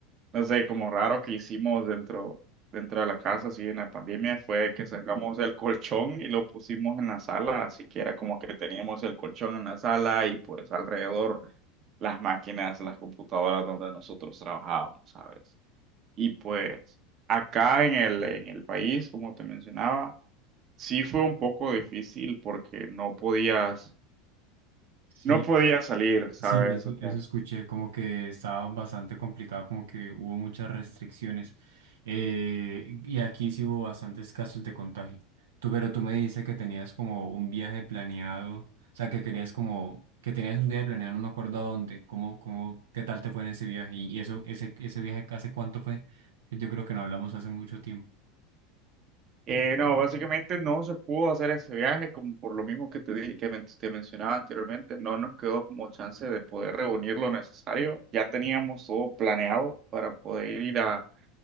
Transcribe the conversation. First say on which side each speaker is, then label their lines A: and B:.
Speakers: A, on the right (about 40°); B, on the right (about 70°).
A: no sé, como raro que hicimos dentro, dentro de la casa, así en la pandemia, fue que sacamos el colchón y lo pusimos en la sala, así que era como que teníamos el colchón en la sala y pues alrededor las máquinas, las computadoras donde nosotros trabajábamos, ¿sabes? Y pues acá en el, en el país, como te mencionaba, sí fue un poco difícil porque no podías,
B: Sí,
A: no podías salir, ¿sabes?
B: Sí, eso,
A: O sea,
B: eso escuché, como que estaba bastante complicado, como que hubo muchas restricciones. Eh, y aquí sí hubo bastantes casos de contagio. Tú, pero tú me dices que tenías como un viaje planeado, o sea, que querías como, que tenías un viaje planeado, no me acuerdo a dónde, cómo, cómo, qué tal te fue en ese viaje. Y eso, ese, ese viaje, ¿hace cuánto fue? Yo creo que no hablamos hace mucho tiempo.
A: Eh, no, básicamente no se pudo hacer ese viaje, como por lo mismo que te dije, que men- te mencionaba anteriormente, no nos quedó como chance de poder reunir lo necesario. Ya teníamos todo planeado para poder ir a,